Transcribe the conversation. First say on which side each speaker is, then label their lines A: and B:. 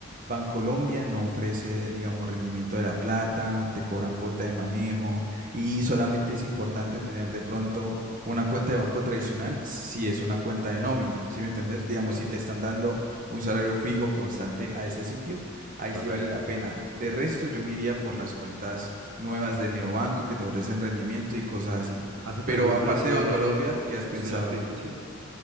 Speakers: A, on the right (about 40°); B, on the right (about 85°).
A: Bancolombia no ofrece, digamos, rendimiento de la plata, te cobran cuota de manejo y solamente es importante tener de pronto una cuenta de banco tradicional si es una cuenta de nómina, ¿sí me entendés? Digamos, si te están dando un salario fijo constante a ese sitio, ahí
B: correcto.
A: sí vale la pena. De resto, yo me iría por las cuentas nuevas de Neobanco que te ofrecen rendimiento y cosas así.
B: Hasta también
A: Pero
B: me ofrece
A: aparte de Bancolombia, ¿qué has pensado?
B: historial crediticio,